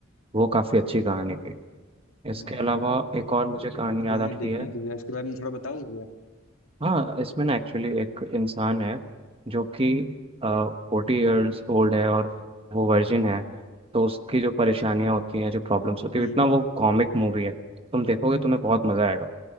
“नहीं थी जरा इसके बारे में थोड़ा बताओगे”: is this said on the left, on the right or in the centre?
Left